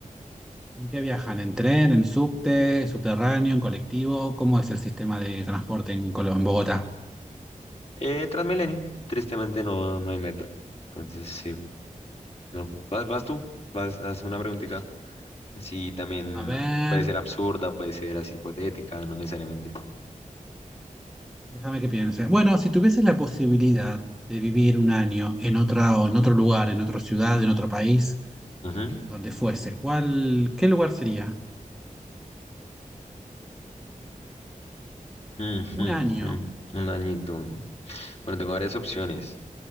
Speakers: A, in the centre; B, on the left (about 45°).
A: ¿En qué viajan? ¿En tren, en subte, subterráneo, en colectivo? ¿Cómo es el sistema de transporte en Colo- en Bogotá?
B: Eh, Transmilenio, tristemente no, no hay metro. Entonces, sí, no. ¿Vas, vas tú? Vas, haz una preguntita. Sí, también
A: A ver,
B: puede ser absurda, puede ser así hipotética, no necesariamente.
A: déjame que piense. Bueno, si tuvieses la posibilidad de vivir un año en otra, o en otro lugar, en otra ciudad, en otro país,
B: Ujú.
A: Donde fuese. ¿Cuál, qué lugar sería?
B: Mm,
A: Un
B: mm,
A: año.
B: mm. Un añito. Bueno, tengo varias opciones.